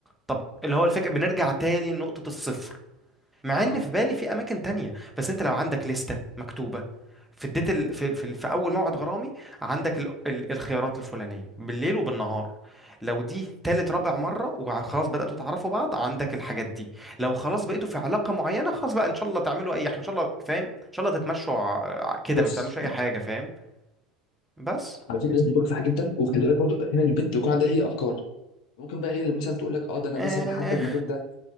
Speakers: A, in the centre; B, on the left.
A: طب اللي هو الفكره بنرجع تاني لنقطه الصفر مع
B: اه
A: ان في بالي في اماكن تانية بس انت لو عندك لستة مكتوبة في اديت ال... في... في... في اول موعد غرامي عندك ال... ال... الخيارات الفلانية بالليل وبالنهار لو دي تالت رابع مرة وخلاص بدأتوا تعرفوا بعض عندك الحاجات دي لو خلاص بقيتوا في علاقة معينة خلاص بقى ان شاء الله تعملوا اي حاجة ان شاء الله فاهم ان شاء الله تتمشوا ع- ع- كده
B: بص
A: ما بتعملوش اي حاجة فاهم بس
B: على فكره لازم تكون صح جدا وخلي بالك برضه احيانا البنت بيكون عندها هي افكار ممكن بقى هي اللي مثلا تقول لك اه ده انا
A: آه،
B: مثلا حابه المكان ده